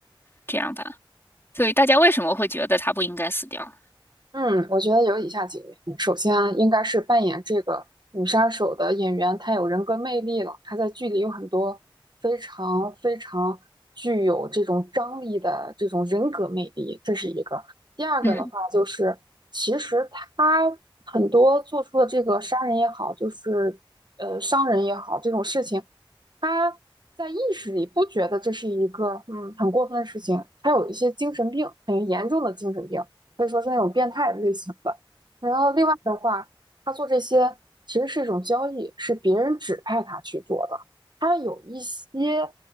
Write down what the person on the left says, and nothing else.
这样吧？所以大家为什么会觉得她不应该死掉？
嗯